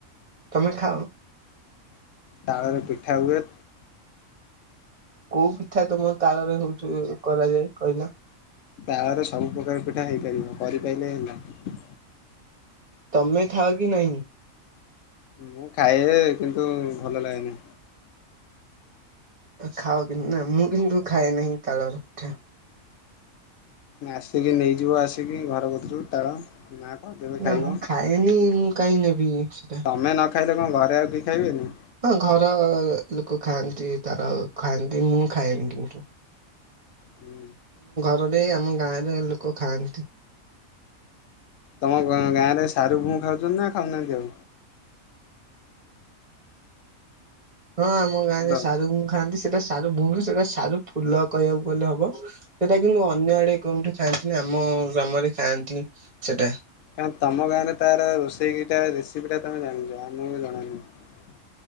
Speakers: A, on the right (about 30°); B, on the left (about 70°).
A: ତମେ ଖାଅ?
B: ତାଳରେ ପିଠା ହୁଏ।
A: କୋଉ ପିଠା ତମ ତାଳରେ ହଉଠୁ କରାଯାଏ କହିଲ?
B: ତାଳର ସବୁ ପ୍ରକାର ପିଠା ହେଇପାରିବ କରିପାରିଲେ ହେଲା।
A: ତମେ ଖାଉ କି ନାହିଁ।
B: ମୁଁ ଖାଏ ଯେ କିନ୍ତୁ ଭଲ ଲାଗେନି।
A: ଖାଅ କିନ୍ତୁ ନାଁ ମୁଁ କିନ୍ତୁ ଖାଏ ନାହିଁ ତଳ ର ପିଠା।
B: ଆସିକି ନେଇଯିବ ଆସିକି ଘର କତରୁ ତାଳ। ମା କରିଦେବେ
A: ନାଁ
B: ଖାଇବ।
A: ମୁଁ ଖାଏନି ମୁଁ କାହିଁ ନେବି। ସେଟା।
B: ତମେ ନ ଖାଇଲେ କଣ ଘରେ ଆଉ କେହି ଖାଇବେନି।
A: ହଁ ଘର ଲୋକ ଖାଆନ୍ତି ତାର ଖାଆନ୍ତି ମୁଁ ଖାଏନି କିନ୍ତୁ।
B: ହୁଁ।
A: <inaudible> ଆମ ଗାଁରେ ଲୋକ ଖାଆନ୍ତି।
B: ତମ ଗାଁ ରେ ସାରୁ ଭୁ ଖାଉଛନ୍ତି ନାଁ ଖାଉନାହାନ୍ତି ଆଉ।
A: ହଁ ଆମ ଗାଁ
B: ହ୍ୟାଲୋ
A: ରେ ସାରୁୁ ଗୁ ଖାଆନ୍ତି। ସେଇଟା ସାର ଭୁଣ ସେଟା ସାର ଫୁଲ କହିବାକୁ ଗଲେ ହବ ସେଟା କିନ୍ତୁ ଅନ୍ୟ ଆଡେ କେଉଠି ଖାଇଥିଲି ଆମ ଆମ ଗ୍ରାମରେ ଖାଆନ୍ତି ସେଟା।
B: କଁ ତମ ଗାଁ ରେ ତାର ରୋଷେଇଟା ରେସିପି ଟା ତମେ ଜାଣିଛ ଆମର ଜଣାନାହିଁ।